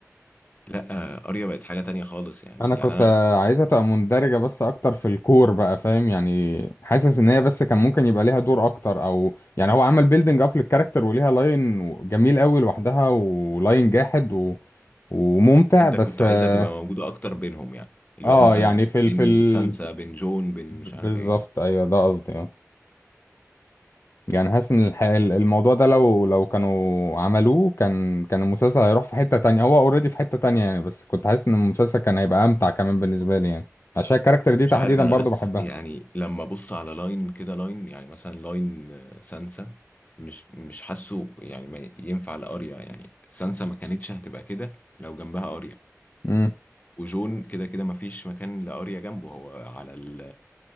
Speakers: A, on the left; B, on the left.
A: لا اريا بقت حاجة تانية خالص يعني
B: انا كنت
A: يعني انا
B: آه، عايزها تبقى مندرجه بس اكتر في الكور بقى فاهم يعني حاسس ان هي بس كان ممكن يبقى ليها دور اكتر او يعني هو عمل بيلدينج اب للكاركتر وليها لاين جميل قوي لوحدها ولاين جاحد و... وممتع
A: انت
B: بس
A: كنت عايزها
B: آه،
A: تبقى موجودة اكتر بينهم يعني اللي
B: اه
A: هو مثلا
B: يعني في ال
A: بين
B: في ال
A: سانسا بين جون بين
B: بالظبط
A: مش عارف ايه
B: ايوه ده قصدي اه يعني حاسس ان الح- الموضوع ده لو لو كانوا عملوه كان كان المسلسل هيروح في حتة تانية هو اوريدي في حتة تانية يعني بس كنت حاسس ان المسلسل كان هيبقى امتع كمان بالنسبة لي يعني عشان الكاركتر دي
A: مش
B: تحديدا
A: عارف انا
B: برضو
A: بس
B: بحبها
A: يعني لما ابص على لاين كده لاين يعني مثلا لاين آه، سانسا مش مش حاسه يعني ما ينفع لاريا يعني سانسا ما كانتش هتبقى كده لو جنبها اريا
B: امم
A: وجون كده كده ما فيش مكان لاريا جنبه هو على ال